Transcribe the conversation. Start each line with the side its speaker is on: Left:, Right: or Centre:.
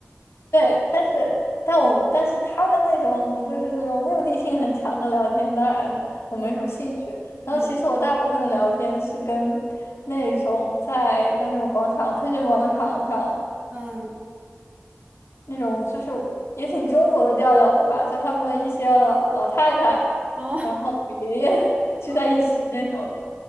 Left: 对，但是但我但是他们那种就是那种目的性很强的聊天，当然我没什么兴趣。
Right: <laughs> 嗯
Left: 然后其实我大部分的聊天是跟那种在在那种广场喷泉广场上
Right: 嗯嗯，
Left: 那种就是也挺中国的调调的吧，就他们一些老老太太，
Right: 哦
Left: 然后爷爷 <laughs> 聚在一起那种。
Right: 哦，